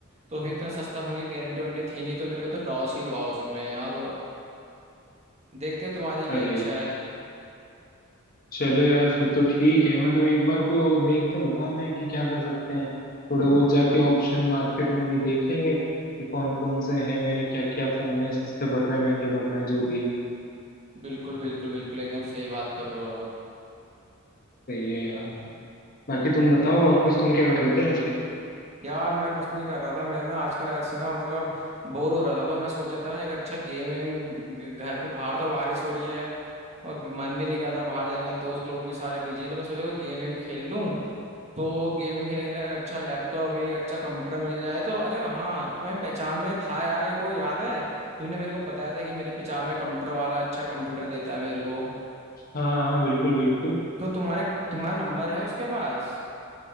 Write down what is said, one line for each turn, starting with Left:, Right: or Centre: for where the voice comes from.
Right: तो फिर इतना सस्ता फोन की गारंटी वारंटी थी नहीं तो मेरे को तो लॉस ही हुआ उसमें अब देखते हैं तुम्हारी क्या
Left: अरे
Right: इच्छा है
Left: चलो यार फिर तो ठीक है मतलब एक बार को देख तो लूंगा मैं कि क्या कर सकते हैं थोड़े बहुत जाके ऑप्शन मार्केट में भी देख लेंगे कि कौन कौन से हैं क्या क्या फोन है सस्ते पड़ रहे हैं महंगे पड़ रहे हैं जो भी है
Right: बिल्कुल बिल्कुल बिल्कुल एकदम सही बात कर रहे हो आप
Left: सही है यार बाकी तुम बताओ और कुछ तुम क्या कर रहे थे आजकल
Right: यार मैं कुछ नहीं कर रहा था मैं ना आजकल ऐसे ना मतलब बोर हो रहा था तो मैं सोचा था ना एक अच्छा गेमिंग घर पे बाहर तो बारिश हो रही है और मन भी नहीं कर रहा बाहर जाने का दोस्त लोग भी सारे बिजी हैं तो मैं सोचा कोई गेम वेम खेल लूँ तो गेमिंग खेलने के लिए एक अच्छा लैपटॉप एक अच्छा कंप्यूटर मिल जाए तो अरे हाँ तुम्हें पहचान में था यार एक को याद है तुमने मेरे को बताया था कि मेरे पहचान में कंप्यूटर वाला अच्छा कंप्यूटर देता है मेरे को
Left: हाँ हाँ बिल्कुल बिल्कुल
Right: तो तुम्हारे तुम्हारा नंबर है उसके पास